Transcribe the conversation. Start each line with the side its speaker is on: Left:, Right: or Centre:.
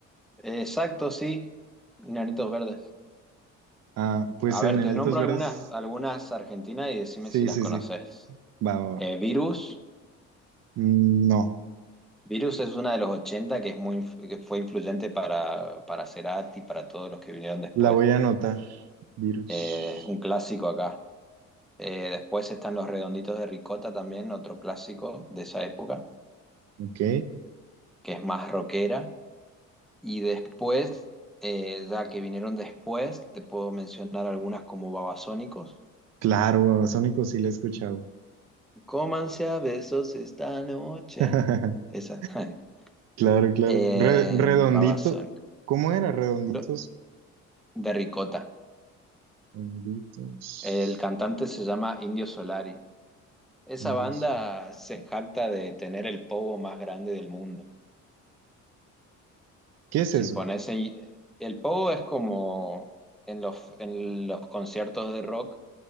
Centre: Exacto, sí. Enanitos Verdes.
Right: Ah, pues
Centre: A
Right: Enanitos
Centre: ver, te nombro
Right: Verdes,
Centre: algunas, algunas argentinas y decime
Right: sí,
Centre: si las
Right: sí,
Centre: conoces.
Right: sí, va, va,
Centre: Eh,
Right: va.
Centre: Virus.
Right: Mm, No.
Centre: Virus es una de los 80 que, es muy, inf- que fue influyente para, para Cerati, para todos los que vinieron después.
Right: La voy a anotar. Virus.
Centre: Eh, es un clásico acá. Eh, después están los Redonditos de Ricota también, otro clásico de esa época,
Right: Ok.
Centre: que es más rockera. Y después, eh, ya que vinieron después, te puedo mencionar algunas como Babasónicos.
Right: Claro, Babasónicos sí la he escuchado.
Centre: Cómanse a besos esta noche.
Right: <laughs>
Centre: Esa. <laughs>
Right: Claro, claro.
Centre: Eh,
Right: Re- redondito.
Centre: Babasónicos.
Right: ¿Cómo era? Redonditos.
Centre: Lo- De Ricota.
Right: Redonditos.
Centre: El cantante se llama Indio Solari. Esa
Right: Virus.
Centre: banda se jacta de tener el pogo más grande del mundo.
Right: ¿Qué es
Centre: Si
Right: eso?
Centre: pones ahí- el pogo es como en los, en los conciertos de rock,